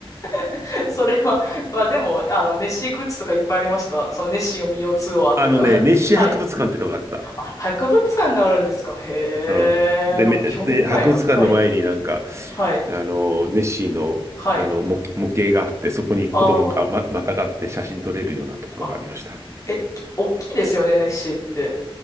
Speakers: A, on the left; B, on the right.
A: <laughs> それは、まあでも、あの、ネッシーグッズとかいっぱいありました。その、ネッシーを見ようツアーとか。
B: あのね、ネッシー博物館ってのがあった。
A: <laughs> はい。あ、博物館があるんですかへ
B: うん。
A: え、
B: で、
A: なんか興味深いな。
B: め、で、博物館の前になんか、
A: はい。はい。
B: あの、ネッシーの、
A: はい。
B: あの、模、模型があって、そこに子供がま、
A: あ
B: またがって写真撮れるようなところがありました。
A: あ、あ、え、き大きいですよね、ネッシーって。